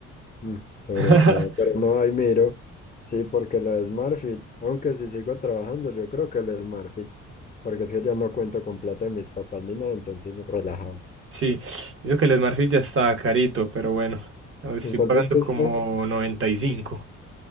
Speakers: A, on the left (about 25°); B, on the right (about 45°).
A: Mm, Sobre
B: <laughs>
A: todo, pero no, ahí miro. Sí, porque lo de SmartFit, aunque si sigo trabajando, yo creo que el SmartFit, porque es que ya no cuento con plata de mis papás ni nada, entonces relajado.
B: Sí, digo que el Smartfit ya está carito, pero bueno, a ver, estoy
A: ¿En cuánto
B: pagando
A: es que
B: como
A: está?
B: noventa y cinco